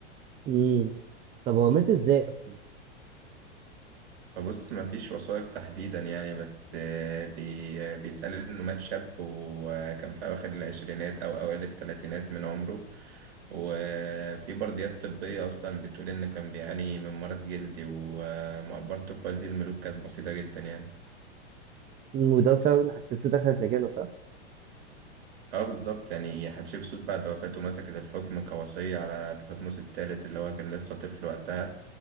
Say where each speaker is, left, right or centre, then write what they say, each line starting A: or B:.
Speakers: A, on the right; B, on the right.
A: امم طب هو مات ازاي اصلا
B: بص مفيش وثائق تحديدا يعني بس آه، بي آه، بيتقال انه مات شاب وكان في اواخر العشرينات او اوائل الثلاثينات من عمره وفي برديات طبية اصلا بتقول انه كان بيعاني من مرض جلدي ومقبرته في وادي الملوك كانت بسيطة جدا يعني
A: مم، وده بسبب ان حتشبسوت اخذت مكانه صح
B: اه بالظبط يعني حتشبسوت بعد وفاته مسكت الحكم كوصية على تحتمس الثالث اللي هو كان لسه طفل وقتها